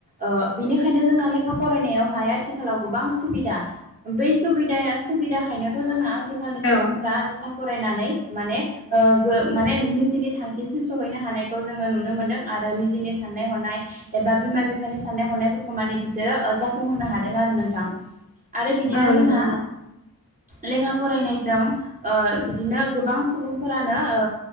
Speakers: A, on the right; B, on the left.
A: ओ बिनिखायनो जोंना लेखा फरायनायावहाय आथिखालाव गोबां सुबिदा। बै सुबिदाया सुबिदाखायनोथ' जोंना आथिखालनि सुबुंफोरा
B: औ
A: लेखा फरायनानै माने ओ गो माने निजिनि थांखिसिम सहैनो हानायखौ जोङो नुनो मोन्दों आरो निजिनि साननाय हनाय एबा बिमा बिफानि साननाय हनायफोरखौ माने बिसोरो ओ जाफुंहोनो हादों आरो नोंथां। आरो बिदिनो
B: औ
A: जोंना
B: नंगौ नोंथां
A: लेखा फरायनायजों ओ बिदिनो गोबां सुबुंफोरानो ओ